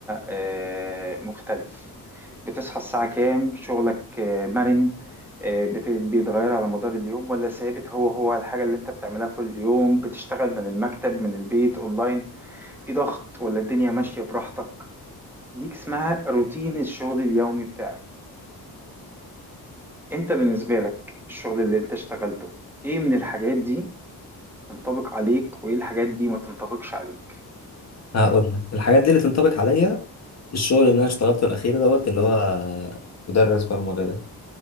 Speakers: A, in the centre; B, on the left.
A: آه، مختلف بتصحى الساعة كام شغلك آه، مرن آه، بت- بيتغير على مدار اليوم ولا ثابت هو هو الحاجة اللي أنت بتعملها كل يوم بتشتغل من المكتب من البيت أونلاين في ضغط ولا الدنيا ماشية براحتك ديك اسمها روتين الشغل اليومي بتاعك انت بالنسبة لك الشغل اللي انت اشتغلته ايه من الحاجات دي تنطبق عليك وايه الحاجات دي ما تنطبقش عليك
B: هقول لك الحاجات دي اللي تنطبق عليا الشغل اللي انا اشتغلته الاخير دوت اللي هو مدرس برمجه ده